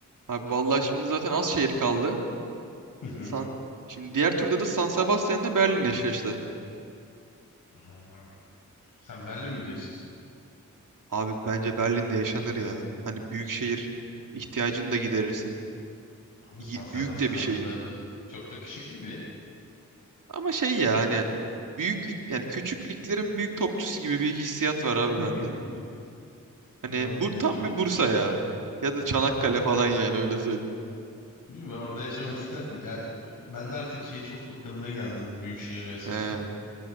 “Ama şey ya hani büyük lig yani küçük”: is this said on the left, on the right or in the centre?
Right